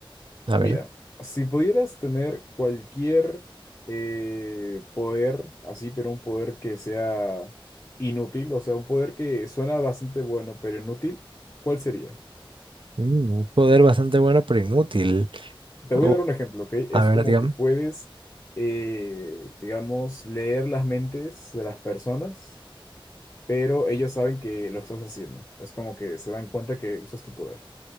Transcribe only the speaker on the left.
Mira,
si pudieras tener cualquier eh, poder, así, pero un poder que sea inútil, o sea, un poder que suena bastante bueno, pero inútil, ¿cuál sería?
Te voy
a dar un ejemplo, ¿ok? Es
como
que puedes, eh, digamos, leer las mentes de las personas, pero ellos saben que lo estás haciendo. Es como que se dan cuenta que usas tu poder.